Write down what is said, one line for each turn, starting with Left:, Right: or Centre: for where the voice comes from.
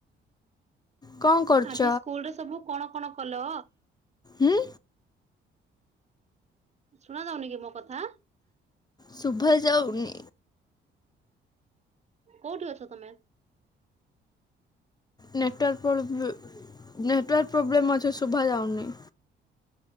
Left: କ'ଣ କରୁଛ
Right: ଆଜି ସ୍କୁଲରେ ସବୁ କଣ କଣ କଲ।
Left: ଉଁ।
Right: ଶୁଣା ଯାଉନି କି ମୋ କଥା।
Left: ଶୁଭା ଯାଉନି।
Right: କୋଉଠି ଅଛ ତମେ?
Left: ନେଟୱାର୍କ ପ୍ରୋବ ନେଟୱାର୍କ ପ୍ରୋବ୍ଲେମ୍ ଅଛି ଶୁଭା ଯାଉନି।